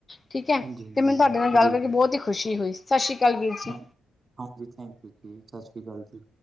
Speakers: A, on the left; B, on the right.
A: ਠੀਕ ਐ
B: ਹਾਂਜੀ ਹਾਂਜੀ
A: ਤੇ ਮੈਨੂੰ
B: ਬਿਲਕੁਲ
A: ਤੁਆਡੇ ਨਾਲ ਗੱਲ
B: ਜੀ
A: ਕਰਕੇ
B: ਜੀ
A: ਬੋਤ ਈ ਖੁਸ਼ੀ ਹੋਈ ਸਾਸ਼ੀ ਕਾਲ ਵੀਰ ਜੀ।
B: ਹਾਂ- ਹਾਂਜੀ ਥੈਂਕ ਯੂ ਜੀ ਸਾਸ਼੍ਰੀ ਕਾਲ ਜੀ।